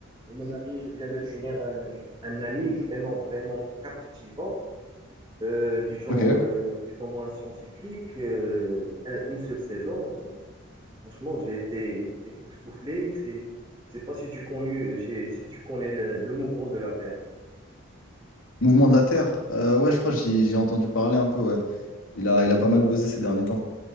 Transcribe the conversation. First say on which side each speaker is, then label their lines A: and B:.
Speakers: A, on the right (about 20°); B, on the left (about 80°).
A: Et mon ami, je viens de finir un, un anime vraiment, vraiment captivant, euh, du genre
B: Ok.
A: euh, plus ou moins scientifique, euh, un- une seule saison. Je- franchement, j'ai été époustouflé. C'est, c'est pas si tu connais, j'ai- si tu connais le, le mouvement de la Terre.
B: Mouvement de la Terre. Euh, ouais,
A: Oui,
B: je crois que j'y- j'ai entendu parler un peu, ouais. Il a, il a pas mal buzzé ces derniers temps.